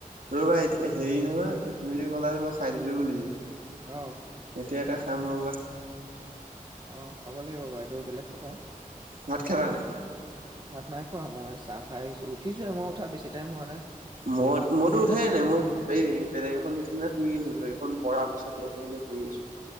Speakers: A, on the right; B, on the right.
A: ৰ'বায়া হেৰি নহয় তুমি যে ক'লা যে মই খাই দিলো বুলি যে
B: অ
A: এতিয়া এটা খাম ৰবা
B: অ খাব লাগিব বাৰু এইটো বেলেগ কথা
A: ভাত খালা নাই?
B: ভাত নাই খোৱা মই চাহ খাই আহিছো উঠিছোে মই উঠা বেছি টাইম হোৱা নাই
A: মই মইতো উঠাইে নাই মই এই বেলেগ এখন নিচিনা শুই আহিছিলো এইখন পঢাৰ পিছত ইয়াতে এনেই পৰিঢ আছো